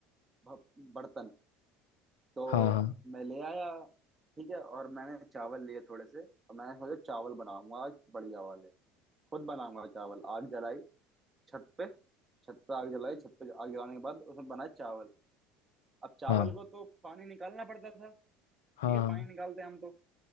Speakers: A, on the right; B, on the left.
A: भ- बर्तन तो
B: हाँ
A: मैं ले आया ठीक है और मैंने चावल लिए थोड़े से और मैंने सोचा चावल बनाऊंगा आज बढ़िया वाले खुद बनाऊंगा चावल आग जलाई छत पे छत पे आग जलाई छत पे आग जलाने के बाद उसमें बनाए चावल अब चावल
B: हाँ
A: को तो पानी निकालना पड़ता था ठीक
B: हाँ
A: है
B: हाँ
A: पानी निकालते हम तो